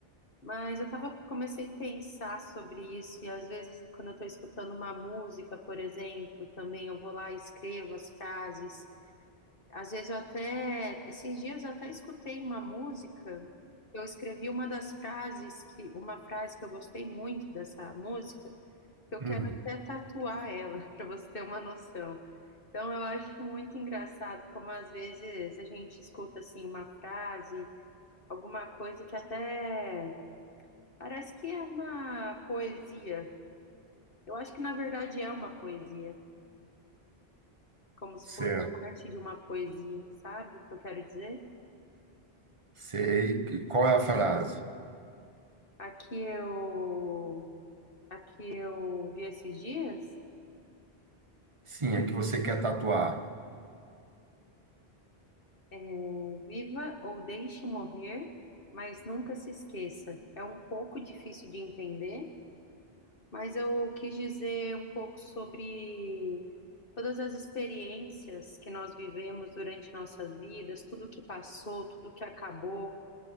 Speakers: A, on the left; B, on the right.
A: Mas eu tava, comecei a pensar sobre isso, e às vezes quando eu tô escutando uma música, por exemplo, também eu vou lá e escrevo as frases. Às vezes eu até, esses dias eu até escutei uma música, eu escrevi uma das frases que, uma frase que eu gostei muito dessa música, que eu
B: Hum.
A: quero até tatuar ela, <laughs> para você ter uma noção. Então eu acho muito engraçado como às vezes a gente escuta assim uma frase, alguma coisa que até parece que é uma poesia. Eu acho que na verdade é uma poesia, como se
B: Certo.
A: fosse parte de uma poesia, sabe o que eu quero dizer?
B: Sei. E qual é a frase?
A: Aqui eu, aqui eu vi esses dias,
B: Sim, é que você quer tatuar.
A: é, viva ou deixe morrer, mas nunca se esqueça. É um pouco difícil de entender, mas eu quis dizer um pouco sobre todas as experiências que nós vivemos durante nossas vidas, tudo que passou, tudo que acabou,